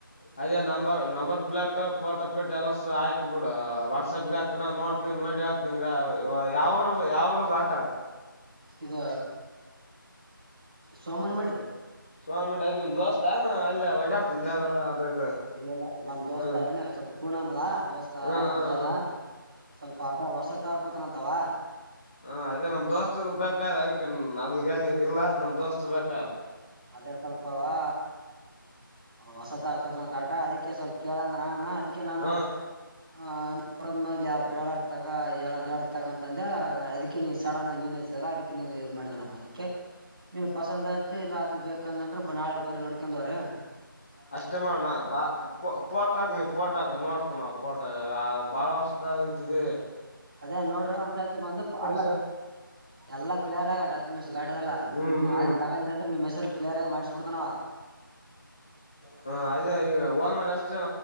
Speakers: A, on the left (about 20°); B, on the right (about 20°).
A: ಅದ ನಂಬರ್ ನಂಬರ್ ಪ್ಲೇಟ್ ಪೋಟೋ ಪಿಟ್ ಎಲ್ಲ ಹಯಕ ಬಿಡು ವಾಟ್ಸಪ್ಗ ಹಾಕ ನ ನೋಡ್ತಿ ನೋಡಿತ್ನ್ಗ ಯಾವ್ರದ್ದ ಯಾವ್ರದ ಆಟ
B: ಇದ ಸೋಮನ್ ಮಾಡಿದ
A: ಸೊಮ್ಯಡ ಅದು ನಿಮ್ ದೋಸ್ತಾ ಇ ಓಡಾಡ್ತ ಅ
B: ಇಲ್ಲ ಇಲ್ಲ ನಮ್ ದೋಸ್ತ
A: ಹ
B: ಅವನೇ ಸ್ವಲ್ಪ ಕೂನನಲ್ಲ ದೋಸ್ತ
A: ಹ
B: ಅವಂದದ
A: ಹಾ
B: ಸ್ವಲ್ಪ ಆಟ ವಸತ್ತ ಹಾಕತನ ಅಂತಾವ
A: ಹ ಅದೇ ನಮ ದೋಸ್ತ್ ಬೇಕ್ ಅದಕ್ಕೆ ನನ್ಗ ಏನಗ ಇಲ್ಲ ಅ್ ನಮ್ ದೋಸ್ತ್ ಬೇಕ್
B: ಅದೇ ಸ್ವಲ್ಪವಾ ಹೊಸತ್ ಹಾಕುದ್ರ ತಾಟ ಅದಿಕ್ಕೆ ಅದಕ್ಕೆ ಸ್ವಲ್ಪ ಕೇಳಂದ್ರೆ ನಾನ ಅದಕ್ಕೆ ನಾನು
A: ಹ್ಮ
B: ಆ ನೋಡಲ್ಲಿಬ್ರು ಹೇಳರ್ತಾಗ ಹೇಳತಗ ಅಂತಂದ ಅದಕ್ಕೆ ನೀ ಸಡನ್ ಆಗಿ ನೀನ್ ಅದಕ್ಕೆ ಇ ಮಾಡಿದೆ ಅದಕ್ಕೆ ನೀನು ಪಸಂದ ಆಯತ ಇಲ್ಲ ಇ ಬೇಕಂದಂದ್ರ ಬನಳೆ ಬಂದ ನೋಡ್ಕೊಂಡವ್ರ
A: ಅಷ್ಟೇ ಮಾಡಣ ಬಾಫೋಟಾಕ್ ನೀ ಪೋಟಟ್ ಹಾಕ ನೋಡ್ತಾನ ಪೋಟ ಬಾಳ ವರ್ಷದ ಅಂತಿದೆ
B: ಅದೇ ನೋಡ್ರಿ ಒಂದ್ಸೈತಿ ಒಂದು ಅಲ್ಲ
A: ಸರ್
B: ಎಲ್ಲ ಕ್ಲಿಯರ್ ಆಗ ಡಾಕ್ಯುಮೆಂಟ್ಸ್ ಗಾಡಿೆಲ್ಲ
A: ಹ್ಮ್
B: ನಿಮ್ಮ
A: ಹ್ಮ್
B: ಆಯ್ ತಗೊಂಡಿ ಅಂದ್ರ ನಿಮ್ಮ ಹೆಸರು ಕ್ಲಿಯ ಆಗ ಮಾಡಿಸ್ಬ ಬಿಡ್ತಾನವ
A: ಹ ಅದೇ ಈಗ ಓಮರ್ ಜ